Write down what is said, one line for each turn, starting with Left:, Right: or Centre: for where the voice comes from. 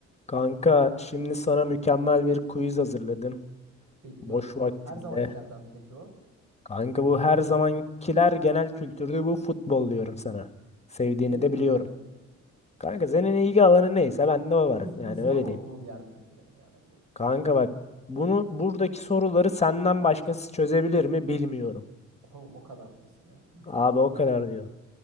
Left: Kanka şimdi sana mükemmel bir quiz hazırladım.
Right: Bekliyorum
Left: Boş
Right: kankam.
Left: vaktinde.
Right: Her zamankilerden mi peki o?
Left: Kanka bu her zamankiler genel kültürde bu futbol diyorum sana. Sevdiğini
Right: Benim
Left: de
Right: konum
Left: biliyorum.
Right: yani.
Left: Kanka senin ilgi alanı neyse bende o var.
Right: Uz-
Left: Yani
Right: uzman
Left: öyle
Right: olduğum
Left: diyeyim.
Right: yer mi peki benim yani bu?
Left: Kanka
Right: Şimdi
Left: bak bunu buradaki soruları senden başkası çözebilir mi bilmiyorum.
Right: <laughs> o, o kadar diyorsun ya. Bir tık
Left: Abi
Right: da zor
Left: o
Right: gibi.
Left: kadar diyorum.